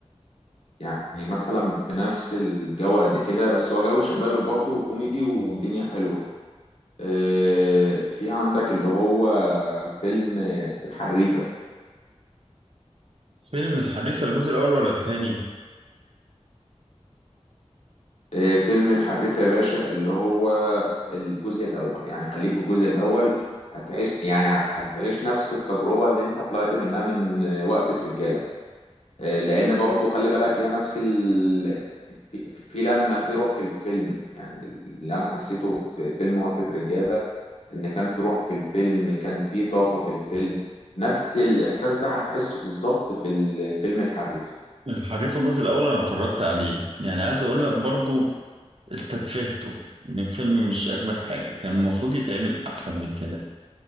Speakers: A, on the left; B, on the right.
A: يعني مثلا بنفس الجو قد كده بس هو جو شبابي برضه وكوميدي والدنيا حلوه آه، في عندك اللي هو فيلم الحريفة
B: فيلم الحريفة الجزء الاول ولا التاني
A: آه، فيلم الحريفة يا باشا اللي هو الجزء الأول يعني خليك في الجزء الأول هتعيش يعني هتعيش نفس التجربة اللي انت طلعت منها من آه، وقفة رجالة آه، لأن برضو خلي بالك هي نفس ال... في, في في لما في روح في الفيلم يعني اللي أنا حسيته في فيلم وقفة رجالة ان كان في روح في الفيلم كان في طاقة في الفيلم نفس الاحساس ده هتحسه بالظبط في الفيلم الحريفة
B: الحريفة الجزء الاول انا اتفرجت عليه يعني عايز اقول لك برضو استتفهته ان الفيلم مش اجمد حاجة كان المفروض يتعمل احسن من كده